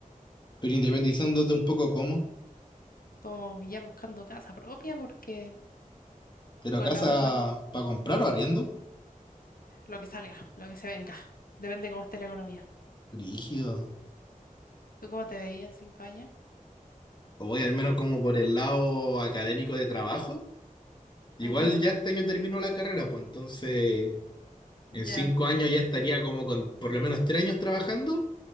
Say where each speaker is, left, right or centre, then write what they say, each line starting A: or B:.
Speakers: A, on the left; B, on the left.
A: Pero independizándote un poco, ¿cómo?
B: como ya buscando casa propia, porque
A: ¿Pero
B: con
A: casa
B: la U igual,
A: para comprar o arriendo?
B: lo que salga, lo que se venga. Depende cómo esté la economía.
A: Brígido.
B: ¿Tú cómo te veías en cinco años?
A: O voy al menos como por el lado académico de trabajo. Igual
B: Ujú,
A: ya este año terminó la carrera, pues entonces
B: Ya,
A: en cinco años ya estaría como con por lo menos tres años trabajando.